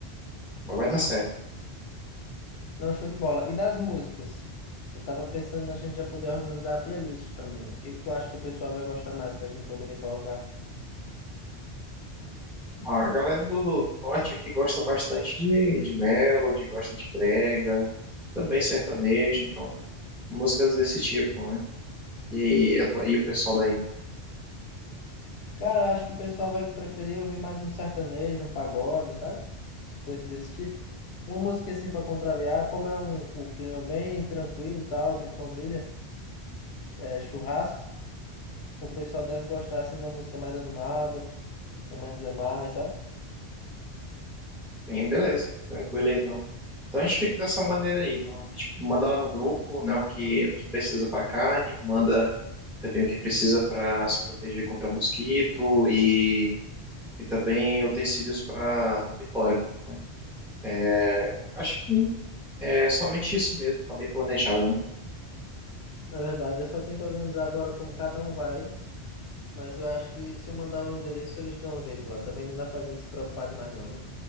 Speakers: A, in the centre; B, on the left.
A: Mas vai dar certo.
B: Não, show de bola. E das músicas? Eu tava pensando na gente já poder organizar a playlist também. O que que tu acha que o pessoal vai gostar mais que a gente poderia colocar?
A: A galera do, do norte aqui gosta bastante de, de melody, gosta de brega, também sertanejo, então músicas desse tipo, né? E, eu tô, e o pessoal daí,
B: Cara, eu acho que o pessoal vai preferir ouvir mais um sertanejo, um pagode, sabe? Coisa desse tipo. Uma música assim para contrariar, como é um, o clima bem tranquilo e tal, de família, é, churrasco, o pessoal deve gostar assim de uma música mais animada, o menos é mais, sabe?
A: bem, beleza, tranquilo, então. Então a gente fica dessa maneira aí. Então, a gente manda lá no grupo, né, o que, o que precisa para carne, manda também o que precisa para se proteger contra mosquito e, e também utensílios para dormitório. né? É, acho que é somente isso mesmo, tá bem planejado, né?
B: Na verdade, eu só tenho que organizar agora como cada um vai. Mas eu acho que se eu mandar o endereço, eles dão um jeito lá. Também não dá pra gente se preocupar demais, não, né?